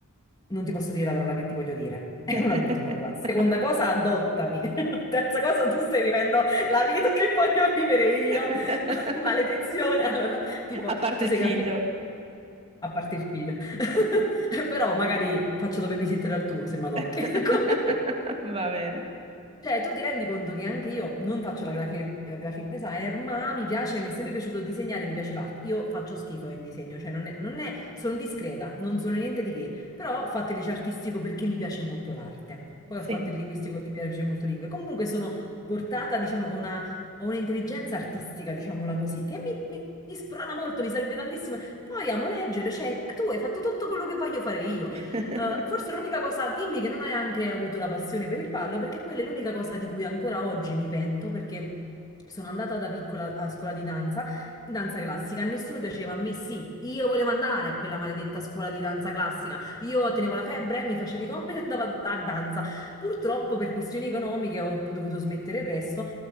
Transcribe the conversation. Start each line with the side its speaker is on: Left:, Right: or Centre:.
Left: Non ti posso dire la parola che ti voglio dire.
Right: <laughs>
Left: <laughs> È una brutta parola. Seconda cosa, adottami. <laughs> Terza cosa, tu stai vivendo la vita che voglio vivere io.
Right: <laughs>
Left: <laughs> Maledizione. Allora, tipo,
Right: A parte
Left: tu sei
Right: il figlio.
Left: grafica, a parte il figlio. <laughs> Però magari faccio da babysitter al tuo se mi adotti.
Right: <laughs>
Left: <laughs> Comunque.
Right: Va bene.
Left: Cioè, tu ti rendi conto che anche io non faccio la grafi- eh, graphic designer, ma mi piace, mi è sempre piaciuto disegnare, mi piace l'arte. Io faccio schifo in disegno, cioè non è, non è- sono discreta, non sono niente di che, però ho fatto il liceo artistico perché mi piace molto l'arte. Poi
Right: Sì.
Left: ho fatto il linguistico perché mi piace molto lingue. Comunque sono portata, diciamo, a una, a un'intelligenza artistica, diciamola così, che mi, mi, mi sprona molto, mi serve tantissimo. Poi amo leggere, cioè tu hai fatto tutto quello che voglio fare io.
Right: <laughs>
Left: Eh, forse l'unica cosa, dimmi che non hai anche avuto la passione per il ballo, perché quella è l'unica cosa di cui ancora oggi mi pento, perché sono andata da piccola a scuola di danza, in danza classica, a nessuno piaceva, a me sì, io volevo andare a quella maledetta scuola di danza classica, io tenevo la febbre, mi facevo i compiti e andavo a, a danza. Purtroppo per questioni economiche ho dovuto smettere presto